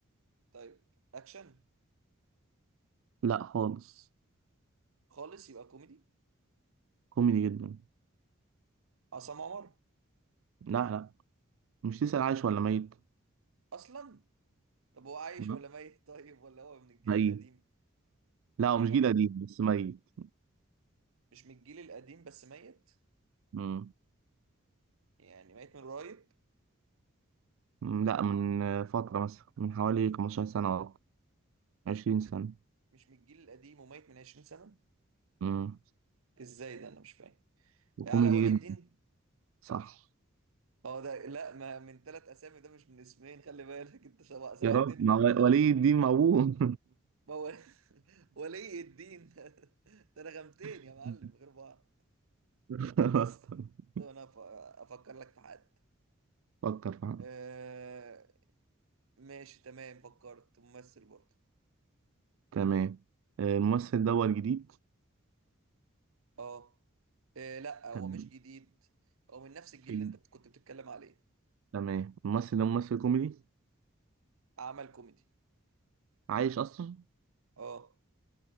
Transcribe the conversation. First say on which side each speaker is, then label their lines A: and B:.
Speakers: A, on the right; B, on the right.
A: طيب اكشن
B: لا خالص
A: خالص يبقى كوميدي
B: كوميدي جدا
A: عصام عمر
B: لا لا مش تسأل عايش ولا ميت
A: اصلا طب هو عايش
B: لا.
A: ولا ميت <laughs> طيب ولا هو من الجيل
B: ميت
A: القديم
B: لا
A: من الجيل
B: هو مش
A: القديم
B: جيل قديم بس ميت
A: مش من الجيل القديم بس ميت
B: مم.
A: يعني ميت من قريب
B: مم، لا من آه، فترة مثلا من حوالي 15 سنة أو 20 سنة
A: مش من الجيل القديم وميت من 20 سنة
B: مم.
A: ازاي ده انا مش فاهم
B: وكوميدي
A: علاء ولي الدين
B: جدا صح
A: اه ده لا ما من ثلاث اسامي ده مش من اسمين خلي بالك انت شو- سوحتني
B: يا رب مع
A: كده.
B: ولي الدين موهوب
A: ما هو <laughs> ولي الدين <laughs> ده انا غمتين
B: <laughs>
A: يا معلم غير بعض
B: <laughs> خلاص
A: بص
B: تمام
A: طب انا أف- افكر لك في حد
B: فكر فعلا
A: آه ماشي تمام فكرت ممثل برضه
B: تمام آه، الممثل ده هو الجديد
A: اه إيه لا هو
B: تمام
A: مش جديد هو من نفس الجيل
B: في-
A: اللي انت كنت بتتكلم عليه
B: تمام الممثل ده ممثل كوميدي
A: عمل كوميدي
B: عايش أصلا
A: اه